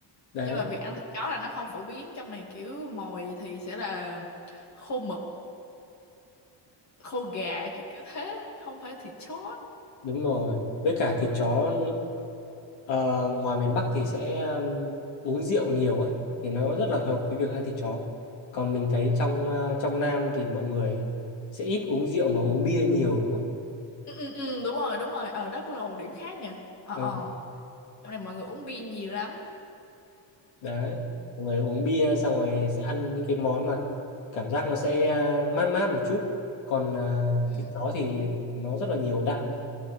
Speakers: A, on the left; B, on the left.
A: đấy
B: nhưng mà việc ăn thịt chó là nó không phổ biến trong này kiểu mồi thì sẽ là khô mực khô gà kiểu kiểu thế không phải thịt chó
A: đúng rồi với cả thịt chó ờ, ngoài miền Bắc thì sẽ ừm, uống rượu nhiều ấy thì nó rất là hợp với việc ăn thịt chó còn mình thấy trong ờ, trong Nam thì mọi người sẽ ít uống rượu mà uống bia nhiều đúng không
B: ừ, ừ, ừ, đúng rồi đúng rồi ờ đó cũng là một điểm khác nha ờ
A: Ờ,
B: ờ Trong này mọi người uống bia nhiều lắm.
A: đấy mọi người uống bia xong rồi sẽ ăn những cái món mà cảm giác nó sẽ à, mát mát một chút còn à,
B: Ừ.
A: thịt chó thì nó rất là nhiều đạm ấy